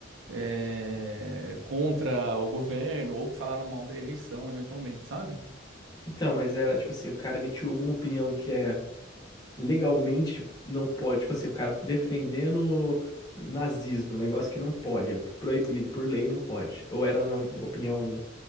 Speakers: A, on the right; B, on the left.
A: é, contra o governo, ou que falaram mal da eleição, eventualmente, sabe?
B: Então, mas era tipo assim, o cara emitiu alguma opinião que é legalmente não pode, tipo assim, o cara defendendo nazismo, um negócio que não pode, é proibido, por lei não pode. Ou era uma opinião